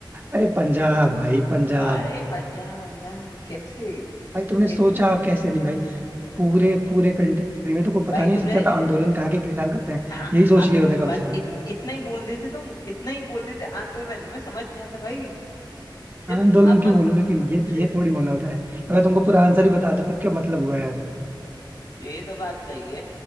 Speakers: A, on the right (about 25°); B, on the left (about 55°).
A: अरे पंजाब भाई पंजाब
B: अरे पंजाब यार कैसे
A: भाई तुमने
B: कैसे
A: सोचा कैसे नहीं भाई पूरे पूरे कंट्री में तुमको पता
B: भाई
A: नहीं
B: तुमने
A: है सबसे ज्यादा आंदोलन कहाँ के किसान करते हैं
B: हाँ
A: यही सोच
B: अब
A: लिए होता है कम
B: बस
A: से कम
B: इत, इतना ही बोल देते तुम इतना ही बोल देते आंदोलन में समझ जाता भाई जब
A: आंदोलन
B: अब
A: क्यों बोलूं लेकिन ये
B: <laughs>
A: ये थोड़ी बोलना होता है अगर तुमको पूरा आंसर ही बता तो फिर क्या मतलब हुआ यार
B: ये तो बात सही है